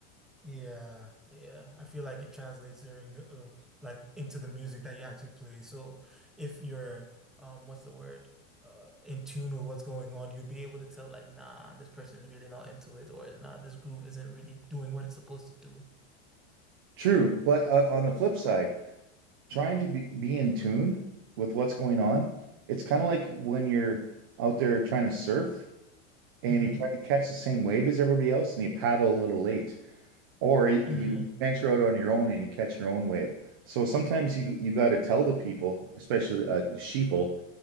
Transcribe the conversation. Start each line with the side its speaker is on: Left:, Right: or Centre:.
Centre: Yeah, yeah. I feel like it translates during the uh, like into the music that you actually play. So if you're um what's the word? Uh in tune with what's going on, you'll be able to tell like nah, this person is really not into it or nah, this groove isn't really doing what it's supposed to do.
Right: True, but uh, on the flip side, trying to be, be in tune with what's going on, it's kind of like when you're out there trying to surf and
Centre: Mm-hmm.
Right: you try to catch the same wave as everybody else and you paddle a little late. Or y-
Centre: Mm,
Right: you venture out on your own and you catch your own wave. So sometimes you you got to tell the people, especially uh, sheeple,